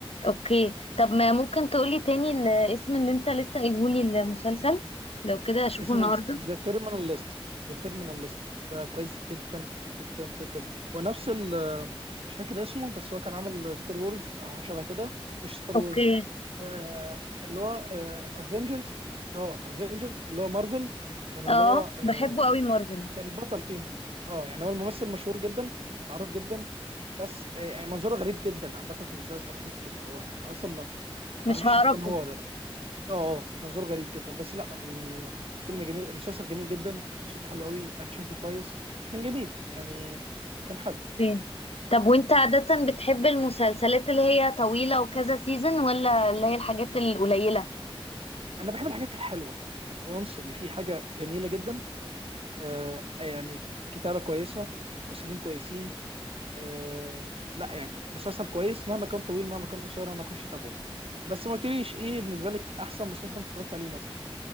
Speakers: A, on the left (about 90°); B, on the right (about 75°).
A: اوكي طب ما ممكن تقولي تاني الاسم اللي انت لسه قايلهولي المسلسل لو كده اشوفه
B: اسمه
A: النهارده
B: ذا تيرمينال ليست ذا تيرمينال ليست ده كويس جدا جدا جدا ونفس ال مش فاكر اسمه بس هو كان عامل ستار وورز او حاجه شبه كده مش ستار
A: اوكي
B: وورز آه اللي هو افنجرز اه افنجرز اللي هو مارفل كان اللي
A: اه
B: هو آه،
A: بحبه قوي مارفل
B: كان بطل فيهم اه يعني هو الممثل مشهور جدا معروف جدا بس آه، يعني منظره غريب جدا عامة في المسلسل يعني انت هو انا اصلا ما ما تعرفيش
A: مش هعرفه
B: اذا كان هو ولا لا اه اه منظره غريب جدا بس لا أم، فيلم جميل المسلسل جميل جدا قصته حلوه قوي الاكشن فيه كويس كان جميل يعني كان حلو
A: اوكي طب وانت عادة بتحب المسلسلات اللي هي طويلة وكذا سيزون ولا اللي هي الحاجات القليلة
B: انا بحب الحاجات الحلوه يعني وانس اللي فيه حاجه جميله جدا آه آه، يعني كتابه كويسه ممثلين كويسين آه لا يعني مسلسل كويس مهما كان طويل مهما كان قصير انا اخش اتابعه بس ما قلتليش ايه بالنسبه لك احسن مسلسل انت اتفرجت عليه مثلا